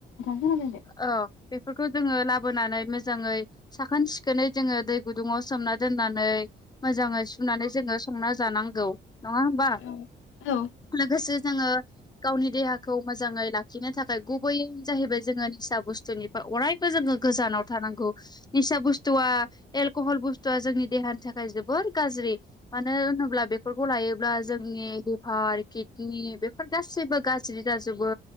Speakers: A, on the left; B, on the left.
A: खोनादों दे
B: औ बेफोरखौ जोङो लाबोनानै मोजाङै साखोन सिखोनै जोङो दै गुदुंआव सोमना दोननानै मोजाङै सुनानै जोङो संना जानांगौ नङा होमबा?
A: औ औ
B: लोगोसे जोङो गावनि देहाखौ मोजाङै लाखिनो थाखाय गुबै जाहैबाय जोङो निसा बुस्थुनिफ्राय अरायबो जोङो गोजानाव थानांगौ निसा बुस्थुआ एलक'हल बुस्थुआ जोंनि देहानि थाखाय जोबोर गाज्रि मानो होनोब्ला बेफोरखौ लायोब्ला जोंनि लिभार किदनि बेफोर गासैबो गाज्रि जाजोबो